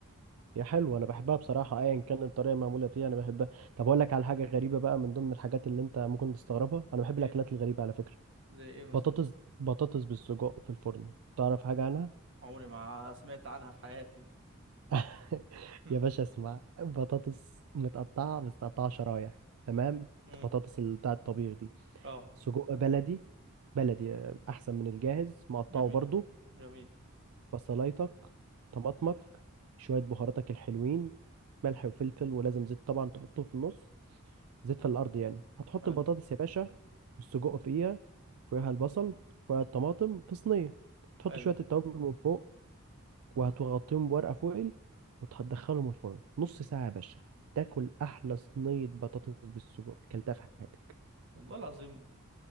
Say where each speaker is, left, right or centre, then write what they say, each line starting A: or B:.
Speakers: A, on the right; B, on the right.
A: يا حلوة انا بحبها بصراحة ايا كان الطريقة المعمولة فيها انا بحبها طب اقول لك على حاجة غريبة بقى من ضمن الحاجات اللي انت ممكن تستغربها انا بحب
B: ايه
A: الاكلات الغريبة على فكرة
B: زي ايه مثلا
A: بطاطس بطاطس بالسجق في الفرن تعرف حاجة عنها
B: عمري ما سمعت عنها في حياتي
A: <laughs>
B: <laughs>
A: يا باشا اسمع بطاطس متقطعة بس متقطعة شرايح تمام
B: امم
A: البطاطس اللي بتاع الطبيخ دي
B: اه
A: سجق بلدي بلدي آه، أحسن من الجاهز مقطعه
B: جميل
A: برضو
B: جميل
A: بصلايتك طماطمك شوية بهاراتك الحلوين ملح وفلفل ولازم زيت طبعا تحطه في النص زيت في الأرض يعني هتحط
B: حلو
A: البطاطس يا باشا والسجق فيها فوقها البصل فوقها الطماطم في صينية تحط
B: حلو
A: شوية التوابل من فوق وهتغطيهم بورقة فويل وتدخلهم الفرن نص ساعة يا باشا تاكل أحلى صينية بطاطس بالسجق أكلتها في حياتك
B: والله العظيم